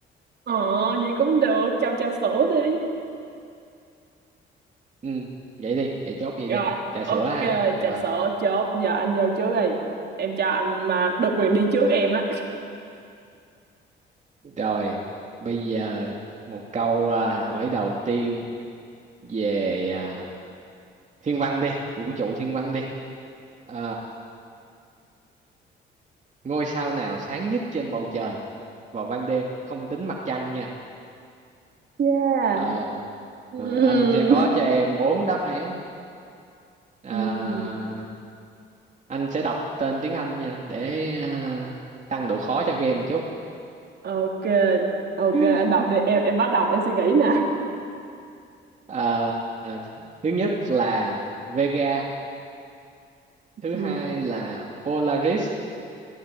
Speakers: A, on the right; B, on the right.
A: Ờ, vậy cũng được, cho trà sữa đi.
B: Ừ, vậy đi, vậy chốt vậy
A: Rồi,
B: đi. Trà sữa
A: ok,
B: ha. Rồi.
A: trà sữa chốt. Giờ anh vô trước đi. Em cho anh mà được quyền đi trước em á.
B: Rồi, bây giờ một câu à, hỏi đầu tiên về à, thiên văn đi, vũ trụ thiên văn đi. À, ngôi sao nào sáng nhất trên bầu trời vào ban đêm, không tính mặt trăng nha.
A: Yeah.
B: Ờ,
A: <laughs>
B: anh sẽ có cho em bốn đáp án. À,
A: Ừm, Ừm,
B: anh sẽ đọc tên tiếng Anh nha để à, tăng độ khó cho game một chút.
A: Ok, ok,
B: <laughs>
A: anh đọc đi. Em em bắt đầu em suy nghĩ nè.
B: Ờ, ờ, thứ nhất là Vega, thứ
A: ừm.
B: hai là Polaris